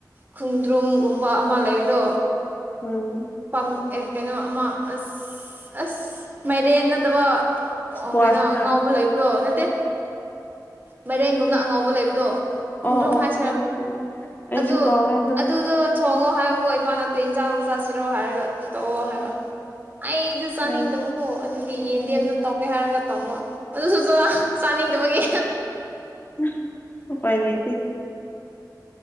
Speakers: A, on the right (about 25°); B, on the left (about 30°).
A: ꯈꯣꯡꯗ꯭ꯔꯨꯝꯒꯨꯝꯕ ꯑꯃ ꯂꯩꯕꯗꯣ
B: ꯎꯝ
A: ꯄꯝ ꯑꯦ ꯀꯩꯅꯣ ꯑꯃ ꯑꯁ ꯑꯁ ꯃꯥꯏꯔꯦꯟ ꯅꯠꯇꯕ
B: ꯏꯁꯀ꯭ꯋꯥꯁꯔ
A: ꯑꯣ ꯀꯩꯅꯣ ꯑꯉꯥꯎꯕ ꯂꯩꯕꯗꯣ ꯅꯠꯇꯦ ꯃꯔꯦꯡꯒꯨꯝꯅ ꯑꯉꯥꯎꯕ ꯂꯩꯕꯗꯣ ꯈꯣꯡꯗ꯭ꯔꯨꯝ
B: ꯑꯣ ꯑꯣ
A: ꯍꯥꯏꯁꯤꯔꯥ
B: ꯈꯪꯉꯦ ꯈꯪꯉꯦ ꯑꯩꯁꯨ
A: ꯑꯗꯨ
B: ꯀꯥꯎꯔꯦ ꯑꯗꯣ
A: ꯑꯗꯨꯗꯣ ꯊꯣꯡꯉꯣ ꯍꯥꯏꯌꯨꯀꯣ ꯏꯄꯥꯥꯅ ꯀꯩ ꯏꯟꯖꯥꯡ ꯆꯥꯁꯤꯔꯣ ꯍꯥꯏꯔꯒ ꯑꯗꯨ ꯇꯧꯑꯣ ꯍꯥꯏꯕ ꯑꯩꯗ ꯆꯥꯅꯤꯡꯗꯕꯀꯣ
B: ꯎꯝ
A: ꯑꯗꯨꯒꯤ ꯌꯦꯟꯗꯦꯝꯗ
B: ꯎꯝ
A: ꯇꯧꯒꯦ ꯍꯥꯏꯔꯒ <unintelligible> ꯑꯗꯨꯁꯨ ꯆꯥ ꯆꯥꯅꯤꯡꯗꯕꯒꯤ
B: <unintelligible> ꯎꯄꯥꯏ ꯂꯩꯇꯦ